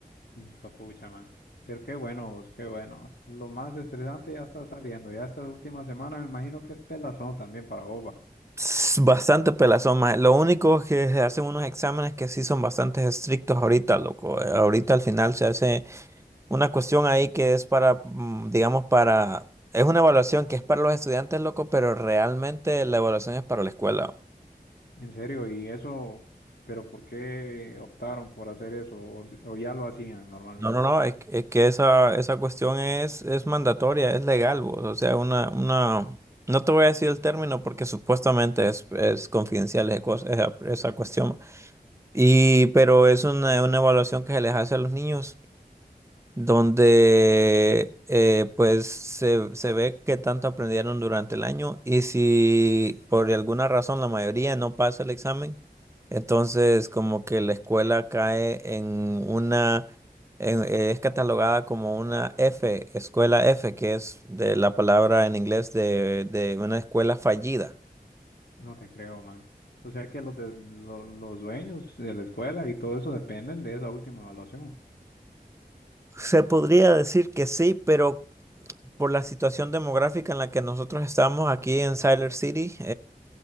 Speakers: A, on the left; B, on the right.
A: Hijo de pucha, man. Pero qué bueno, vos, qué bueno. Lo más estresante ya está saliendo. Ya esta última semana me imagino que es pelazón también para Boba.
B: Tss, Bastante pelazón, más Lo único es que se hacen unos exámenes que sí son bastante estrictos ahorita, loco. Eh, Ahorita al final se hace una cuestión ahí que es para, mm, digamos, para, es una evaluación que es para los estudiantes, loco, pero realmente la evaluación es para la escuela.
A: En serio, y eso, pero ¿por qué optaron por hacer eso? O, si- o ya lo hacían normalmente.
B: No, no, no, es, que es que esa, esa cuestión es, es mandatoria, es legal, vos. O sea, una, una, no te voy a decir el término porque supuestamente es, es confidencial esa, cosa- esa, esa cuestión. Y, pero es una, una evaluación que se les hace a los niños donde eh, pues se, se ve qué tanto aprendieron durante el año y si por alguna razón la mayoría no pasa el examen, entonces como que la escuela cae en una, en- eh, es catalogada como una F, escuela F, que es de la palabra en inglés de, de una escuela fallida.
A: No te creo, man. O sea que los, de, lo- los dueños de la escuela y todo eso dependen de esa última evaluación.
B: Se podría decir que sí, pero por la situación demográfica en la que nosotros estamos aquí en Siler City,